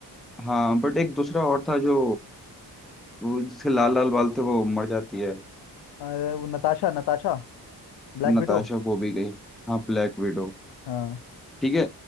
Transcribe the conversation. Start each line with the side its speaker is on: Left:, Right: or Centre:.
Centre: हाँ बट एक दूसरा और था जो वो जिसके लाल लाल बाल थे वो मर जाती है
Left: अरे वो नताशा नताशा ब्लैक
Centre: नताशा
Left: विडो
Centre: वो भी गई हाँ ब्लैक विडो
Left: हाँ
Centre: ठीक है